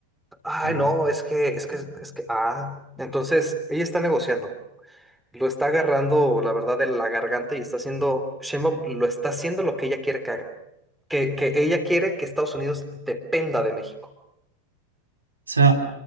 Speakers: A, in the centre; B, on the right.
A: Ay,
B: Mm.
A: no,
B: O
A: es que, es que, es que, ah. Entonces, ella está negociando. Lo está agarrando, la verdad, de la garganta y está haciendo, Sheinbaum lo está haciendo lo que ella quiere que haga. Que, que ella quiere que Estados Unidos dependa de México.
B: sea,